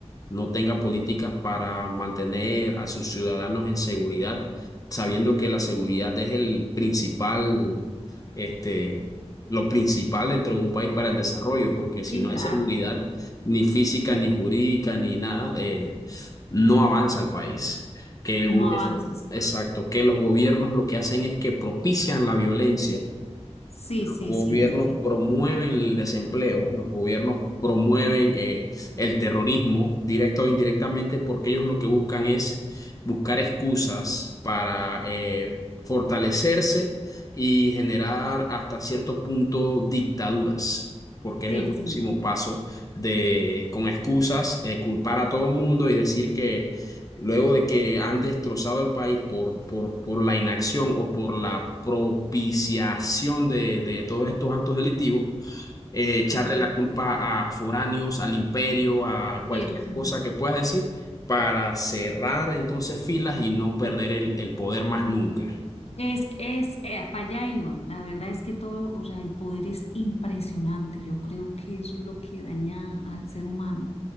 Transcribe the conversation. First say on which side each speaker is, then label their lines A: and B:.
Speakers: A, on the left; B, on the left.
A: no tenga políticas para mantener a sus ciudadanos en seguridad, sabiendo que la seguridad es el principal, este, lo principal dentro de un país para el desarrollo, porque si
B: Sí,
A: no
B: claro,
A: hay seguridad, ni física, ni jurídica, ni nada, eh, no avanza el país. Que el,
B: no
A: gu-
B: avanzas.
A: eso, exacto, que los gobiernos lo que hacen es que propician la violencia
B: Sí, sí,
A: gobiernos
B: sí, sí,
A: promueven el desempleo, los gobiernos promueven eh, el terrorismo, directa o indirectamente, porque ellos lo que buscan es buscar excusas para eh, fortalecerse y generar hasta cierto punto dictaduras. porque
B: sí,
A: es el próximo
B: sí,
A: paso de, con excusas, eh, culpar a todo el mundo y decir que luego de que han destrozado el país por, por, por la inacción o por la propiciación de, de todos estos actos delictivos, eh, echarle
B: sí,
A: la culpa a foráneos, al imperio, a cualquier
B: sí, sí.
A: cosa que puedas decir, para cerrar entonces filas y no perder el, el poder más nunca.
B: Es, es, eh, para allá iba. La verdad es que todo, o sea, el poder es impresionante. Yo creo que eso es lo que daña al ser humano.